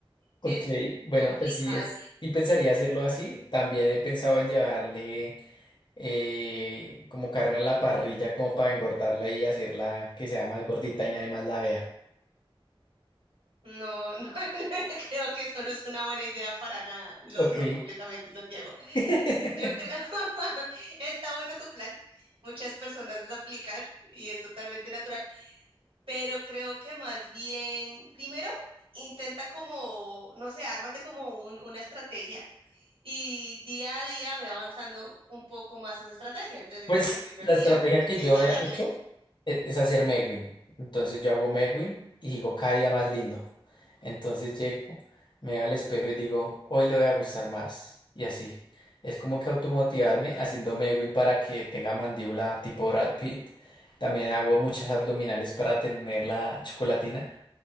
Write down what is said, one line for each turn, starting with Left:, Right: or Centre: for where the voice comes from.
Left: Ok,
Right: Es
Left: bueno,
Right: complicado.
Left: pues sí, es, sí pensaría hacerlo así. También he pensado en llevarle eh, como carne a la parrilla como para engordarla y hacerla que sea más gordita y nadie más la vea.
Right: No, no, <laughs> creo que eso no es una buena idea para nada. Lo
Left: Ok.
Right: dudo completamente, Santiago.
Left: <laughs>
Right: Yo creo, <laughs> está bueno tu plan. Muchas personas lo aplican y es totalmente natural. pero creo que más bien, primero, intenta como, no sé, ármate como un- una estrategia y día a día ve avanzando un poco más esa estrategia. Entonces,
Left: Pues
Right: ejemplo, el primer
Left: la
Right: día
Left: estrategia que
Right: es
Left: yo
Right: hablarle.
Left: he hecho e- es, hacer Megwin. Entonces yo hago Megwin y digo cada día más lindo. Entonces llego, me veo al espejo y digo, hoy le voy a gustar más. Y así. Es como que automotivarme haciendo Megwin para que tenga mandíbula tipo Brad Pitt. También hago muchas abdominales para tener la chocolatina.